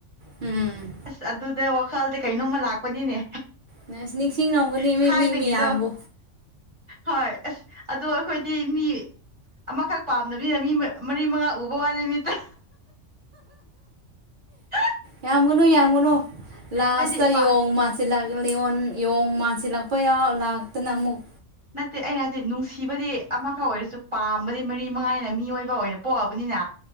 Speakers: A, on the right; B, on the right.
A: ꯎꯝ
B: ꯑꯁ ꯑꯗꯨꯗ ꯈꯜꯗꯤ ꯀꯩꯅꯣꯝꯃ ꯂꯥꯛꯄꯅꯤꯅꯦ
A: ꯅꯁ ꯅꯤꯡꯁꯤꯡꯉꯝꯒꯅꯤ
B: ꯊꯥꯏꯅꯒꯤꯗꯣ
A: ꯃꯤ ꯃꯤ ꯃꯌꯥꯝꯕꯨ
B: ꯍꯣꯏ ꯑꯁ ꯑꯗꯨ ꯑꯩꯈꯣꯏꯗꯤ ꯃꯤ ꯑꯃꯈꯛ ꯄꯥꯝꯗꯕꯤꯅ ꯃꯤ ꯃꯔꯤ ꯃꯉꯥ ꯎꯕ ꯋꯥ ꯅꯨ ꯃꯤꯠꯇ ꯑ
A: ꯌꯥꯝꯒꯅꯨ ꯌꯥꯝꯒꯅꯨ ꯂꯥꯁꯇ
B: ꯍꯥꯏꯗꯤ ꯄꯥ
A: ꯌꯦꯡꯉ ꯃꯥꯥꯟꯁꯤꯂꯣꯡ ꯃꯥꯁꯤꯂ ꯄ ꯌꯥꯎ ꯂꯥꯛꯇꯅ ꯑꯃꯨꯛ
B: ꯅꯠꯇꯦ ꯑꯩꯅꯗꯤ ꯅꯨꯡꯁꯤꯕꯗꯤ ꯑꯃꯈꯛ ꯑꯣꯏꯔꯁꯨ ꯄꯥꯝꯕꯗꯤ ꯃꯔꯤ ꯃꯉꯥꯏꯅ ꯃꯤꯑꯣꯏꯕ ꯑꯣꯏꯅ ꯄꯣꯛꯑꯕꯅꯤꯅ